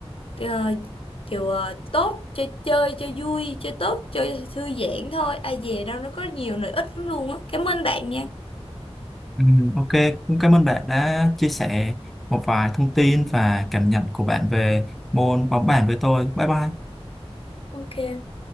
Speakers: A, on the left (about 60°); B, in the centre.
A: ờ, kiểu ờ, tốt chơi chơi cho vui chơi tốt chơi thư giãn thôi ai dè đâu nó có nhiều lợi ích lắm luôn á cảm ơn bạn nha
B: ừ, ok cũng cảm ơn bạn đã chia sẻ một vài thông tin và cảm nhận của bạn về môn bóng bàn với tôi bye bye
A: Ok.